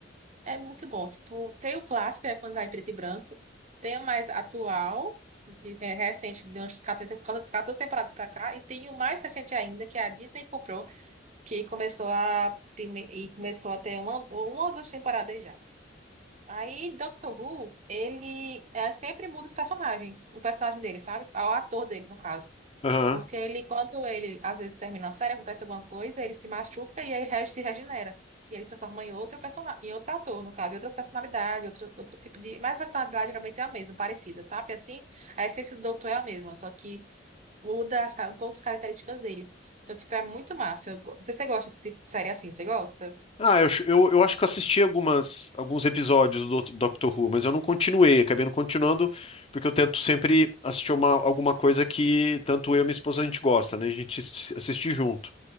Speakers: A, on the right; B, on the left.
A: É muito bom. Tipo, tem o clássico, é quando vai em preto e branco. Tem o mais atual, que tem recente, de uns 14, 14 temporadas pra cá. E tem o mais recente ainda, que é a Disney comprou, que começou a, prime- e começou a ter uma, uma ou duas temporadas já. Aí, Doctor Who, ele é, sempre muda os personagens, o personagem dele, sabe? O ator dele, no caso.
B: Aham.
A: Porque ele, quando ele, às vezes, termina a série, acontece alguma coisa, ele se machuca e aí re- se regenera. E ele se transforma em outro personagem, em outro ator, no caso, em outras personalidades, outro, outro tipo de. Mas a personalidade geralmente é a mesma, parecida, sabe? Assim, a essência do doutor é a mesma, só que muda as ca- um pouco as características dele. Então, tipo, é muito massa. Eu go- Não sei se você gosta desse tipo de série assim, você gosta?
B: Ah, eu, acho- eu, eu acho que eu assisti algumas, alguns episódios do Doctor Who, mas eu não continuei, acabei não continuando, porque eu tento sempre assistir uma, alguma coisa que tanto eu e minha esposa a gente gosta, né? A gente assiste junto.